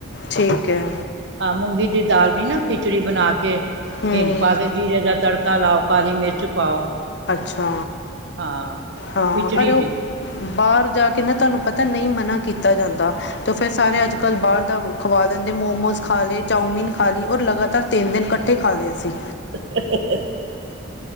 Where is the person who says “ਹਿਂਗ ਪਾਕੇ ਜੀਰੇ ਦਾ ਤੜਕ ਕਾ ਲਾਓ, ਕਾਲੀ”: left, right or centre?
Right